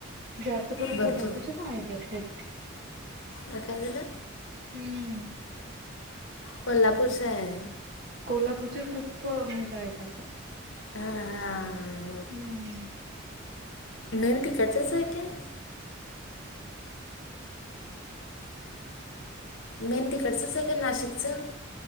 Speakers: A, on the right; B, on the left.
A: जास्त करून
B: भरपूर
A: कोल्हापूरचेच आहेत ह्यात खुप.
B: हां काय झालं?
A: <unintelligible>
B: कोल्हापूर शे आहे.
A: कोल्हापूरच्या खूपं महिला आहेत असं.
B: हा <unintelligible>
A: हम्म.
B: मेनं तिकडचंच आहे काय? मेन तिकडचंच हाय काय नाशिकचं?